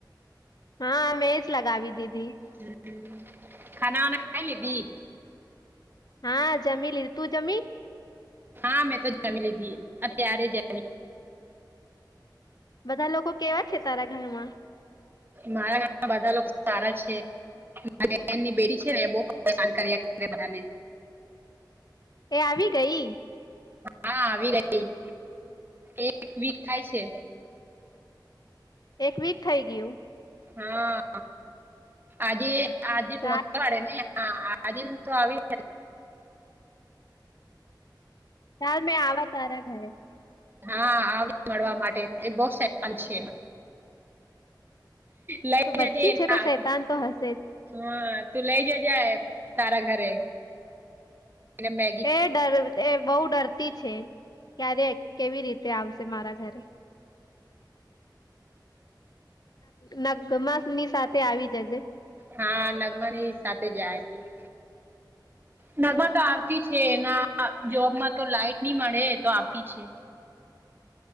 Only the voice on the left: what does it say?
હા મેં જ લગાવી દીધી.
હા જમી લીધી. તું જમી?
બધા લોકો કેવા છે તારા ઘરમાં?
એ આવી ગઈ?
એક વીક થઈ ગયું?
ચાલ
ચાલ મેં આવા તારા ઘરે.
વચ્ચી
છે
તો શૈતાન તો હશે જ.
એ ડર એ બહુ ડરતી છે. ક્યારે કેવી રીતે આવશે મારા ઘરે. નગ નગમા ની સાથે આવી જજે.